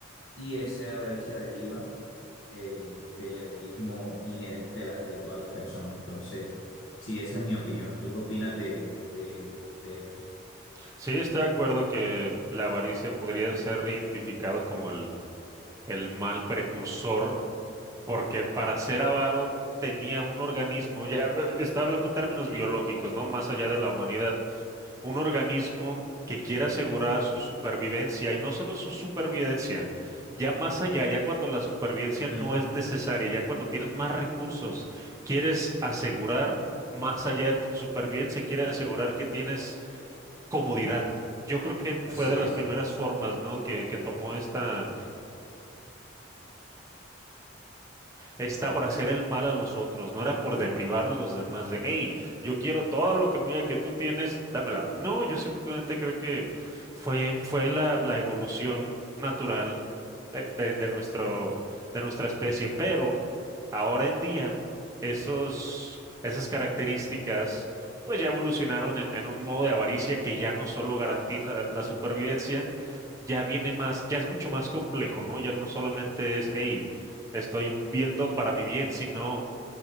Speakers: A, on the left; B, on the right.
A: Y esa avaricia deriva eh, del egoísmo inherente de, la- de todas las personas. Entonces, sí, esa es mi opinión. ¿Tú qué opinas de, de, de esto?
B: Sí, estoy de acuerdo que la avaricia podría ser identificado como el, el mal precursor porque para ser avaro tenía un organismo, ya eh, está hablando en términos biológicos, ¿no? Más allá de la humanidad, un organismo que quiere asegurar su supervivencia y no solo su supervivencia, ya más allá, ya cuando la supervivencia
A: Ujú,
B: no es necesaria, ya cuando tienes más recursos, quieres asegurar más allá de tu supervivencia, quieres asegurar que tienes comodidad. Yo creo que
A: Así
B: fue de las
A: es.
B: primeras formas, ¿no? que que tomó esta está por hacer el mal a los otros, no era por deprivar a los demás de, hey, yo quiero todo lo que mira que tú tienes, dámela. No, yo simplemente creo que fue, fue la, la evolución natural de, de, de nuestro,
A: Ujú,
B: de nuestra especie, pero ahora en día esos, esas características pues ya evolucionaron en, en un modo de avaricia que ya no solo garantiza la supervivencia, ya viene más, ya es mucho más complejo, ¿no? Ya no solamente es, hey, estoy viendo para mi bien, sino